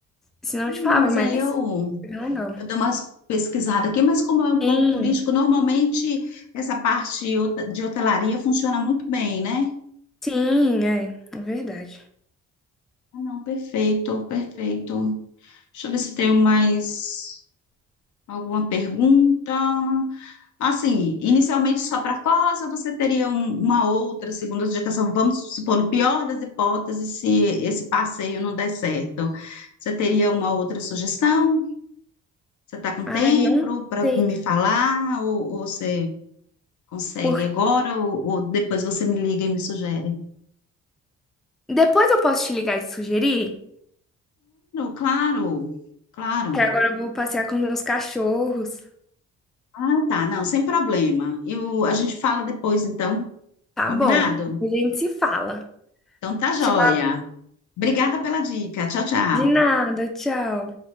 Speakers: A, in the centre; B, on the left.
A: Senão
B: Não,
A: eu te falava,
B: mas
A: mas
B: aí eu
A: foi bem legal.
B: Eu dou umas pesquisadas aqui, mas como é um
A: Sim,
B: ponto turístico, normalmente essa parte hota- de hotelaria funciona muito bem, né?
A: sim, é. É verdade.
B: Ah, Não, perfeito, perfeito. Deixa eu ver se tenho mais alguma pergunta. Assim, inicialmente só para Foz, ou você teria um- uma outra segunda indicação? Vamos supor, no pior das hipóteses, se esse passeio não der certo, você teria uma outra sugestão? Você está com
A: Ai,
B: tempo
A: não
B: para
A: sei.
B: me falar? Ou, ou você. Consegue
A: Por...
B: agora ou, ou depois você me liga e me sugere?
A: Depois eu posso te ligar e te sugerir.
B: Claro, claro, claro.
A: Que agora eu vou passear com meus cachorros.
B: Ah, tá, não, sem problema. Eu, a gente fala depois, então,
A: Tá
B: combinado?
A: bom. A gente se fala.
B: Então tá joia.
A: Tchau.
B: Obrigada pela dica. Tchau, tchau.
A: De nada, tchau.